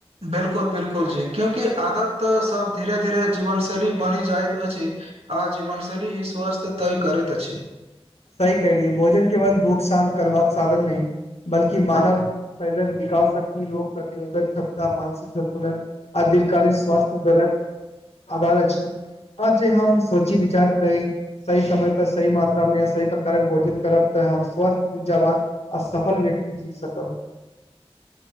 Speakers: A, on the right; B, on the left.
A: बिल्कुल बिल्कुल जी क्यूंकि आदत सब धीरे- धीरे जीवनशैली बनि जाइत अछि। आ जीवनशैली ही स्वस्थ तैय करैत अछि।
B: सही कहेलियै भोजन के केवल भूख शान्त करबाक साधन नै बल्कि मानव शरीरक विकास शक्ति रोग प्रतिरोधक क्षमता मानसिक सन्तुलन आ दीर्घकालीन स्वास्थ्य दरक आधार अछि, हां जे हम सोची विचार कर सही समय पर सही मात समय सही प्रकारक भोजन करब तऽ हम स्वस्थ ऊर्जा वान आ सफल व्यक्ति जी सकब